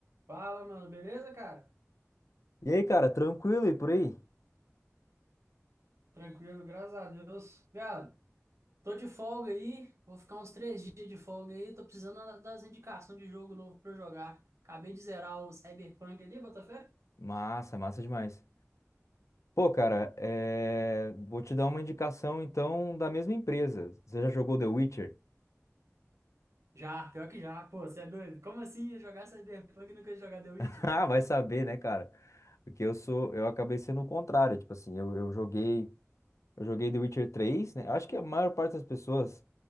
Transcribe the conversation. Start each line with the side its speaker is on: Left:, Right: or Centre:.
Right: Fala, mano, beleza, cara?
Left: E aí, cara, tranquilo e por aí?
Right: Tranquilo, graças a Deus. Viado, tô de folga aí, vou ficar uns três dias de folga aí, tô precisando das indicações de jogo novo pra eu jogar. Acabei de zerar o Cyberpunk ali, Botafé?
Left: Massa, massa demais. Pô, cara, é... vou te dar uma indicação então da mesma empresa. Você já jogou The Witcher?
Right: Já, pior que já. Pô, você é doido? Como assim ia jogar Cyberpunk e nunca ia jogar The Witcher?
Left: <laughs> Ah, vai saber, né, cara? Porque eu sou, eu acabei sendo o contrário, tipo assim, eu, eu joguei, eu joguei The Witcher três. né? Acho que a maior parte das pessoas